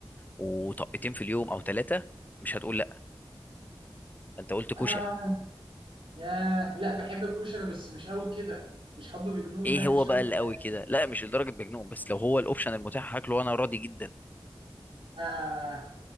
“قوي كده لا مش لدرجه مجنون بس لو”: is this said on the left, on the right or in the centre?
Left